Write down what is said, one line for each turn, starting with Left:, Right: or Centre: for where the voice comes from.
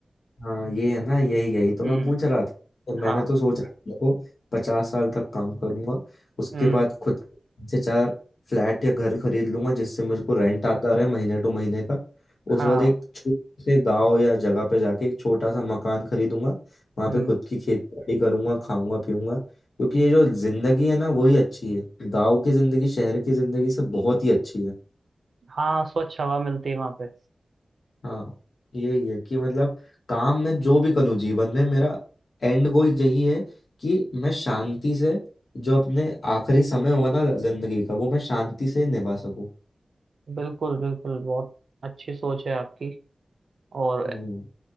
Left: हाँ ये है ना यही यही तो
Right: हम्म
Left: मैं पूछ रहा था तो मैंने
Right: हाँ
Left: तो सोच रहा था देखो पचास साल तक काम करूंगा उसके
Right: हम्म
Left: बाद खुद से चार फ्लैट या घर खरीद लूंगा जिससे मुझे को रेंट आता रहे महीने टू महीने का उसके
Right: हाँ
Left: बाद एक छोटे से गांव या जगह पे जाके एक छोटा सा मकान खरीदूंगा वहां
Right: हम्म
Left: पे खुद की खेती बाड़ी करूंगा खाऊंगा पीऊंगा क्योंकि ये जो जिंदगी है ना वही अच्छी है गाँव की जिंदगी शहर की जिंदगी से बहुत ही अच्छी है
Right: हाँ स्वच्छ हवा मिलती है वहां पे
Left: हाँ यही है कि मतलब काम में जो भी करूँ जीवन में मेरा एंड गोल यही है कि मैं शांति से जो अपने आखिरी समय होगा ना जिंदगी का वो मैं शांति से निभा सकूं
Right: बिल्कुल बिल्कुल बहुत अच्छी सोच है आपकी और
Left: हम्म